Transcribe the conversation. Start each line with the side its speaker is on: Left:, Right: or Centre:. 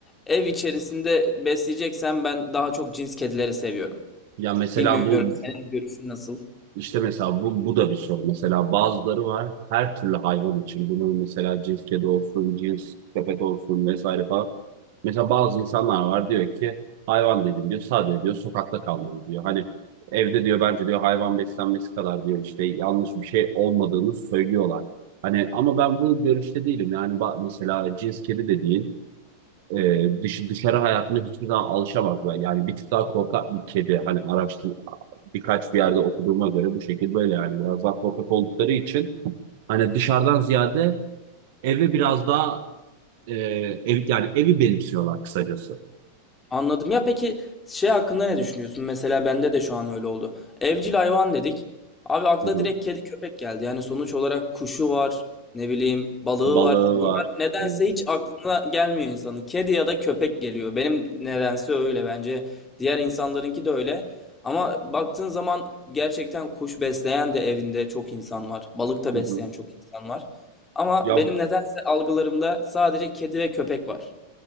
Left: ev içerisinde besleyeceksem ben daha çok cins kedileri seviyorum.
Right: Ya mesela
Left: Bilmiyorum
Right: bu
Left: senin görüşün nasıl?
Right: İşte mesela bu, bu da bir soru. Mesela bazıları var her türlü hayvan için. Bunun mesela cins kedi olsun, cins köpek olsun vesaire falan. Mesela bazı insanlar var diyor ki hayvan dedim diyor sadece diyor sokakta kalmalı diyor. Hani evde diyor bence diyor hayvan beslenmesi kadar diyor işte yanlış bir şey olmadığını söylüyorlar. Hani ama ben bu görüşte değilim. Yani ba- mesela cins kedi dediğin e, dış, dışarı hayatına hiçbir zaman alışamaz. Yani bir tık daha korkak bir kedi hani araştır, birkaç bir yerde okuduğuma göre bu şekil böyle yani biraz daha korkak oldukları için hani dışarıdan ziyade eve biraz daha e, ev, yani evi benimsiyorlar kısacası.
Left: Anladım. Ya peki şey hakkında ne düşünüyorsun? Mesela bende de şu an öyle oldu. Evcil hayvan dedik. Abi akla
Right: Hı hı.
Left: direkt kedi köpek geldi. Yani sonuç olarak kuşu var, ne bileyim balığı
Right: Balığı
Left: var. Bunlar
Right: var.
Left: nedense
Right: Evet.
Left: hiç aklına gelmiyor insanın. Kedi ya da köpek geliyor. Benim nedense öyle bence. Diğer insanlarınki de öyle. Ama baktığın zaman gerçekten kuş besleyen de evinde çok insan var. Balık da
Right: Hı
Left: besleyen
Right: hı.
Left: çok insan var. Ama
Right: Ya
Left: benim nedense algılarımda sadece kedi ve köpek var.